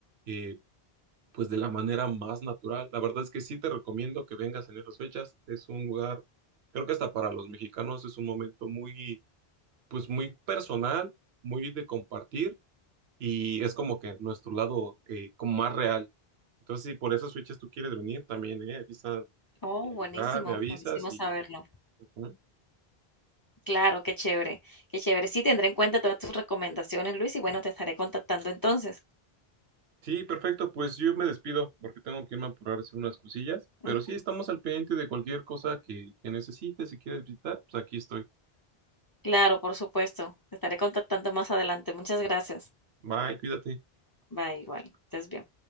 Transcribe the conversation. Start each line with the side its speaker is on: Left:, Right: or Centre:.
Right: eh, pues de la manera más natural. La verdad es que sí te recomiendo que vengas en esas fechas. Es un lugar, creo que hasta para los mexicanos es un momento muy, pues muy personal, muy de compartir y es como que nuestro lado eh, como más real. Entonces, si por esas fechas tú quieres venir, también, ¿eh? Aquí está
Left: Oh,
Right: el
Left: buenísimo,
Right: lugar, me avisas
Left: buenísimo
Right: y...
Left: saberlo.
Right: ujú.
Left: Claro, qué chévere, qué chévere. Sí, tendré en cuenta todas tus recomendaciones, Luis, y bueno, te estaré contactando entonces.
Right: Sí, perfecto, pues yo me despido porque tengo que irme a apurar a hacer unas cosillas, pero
Left: Mm,
Right: sí estamos al pendiente de cualquier cosa que, que necesites, si quieres visitar, pues aquí estoy.
Left: claro, por supuesto, te estaré contactando más adelante. Muchas gracias.
Right: Bye, cuídate.
Left: Bye, igual, estés bien.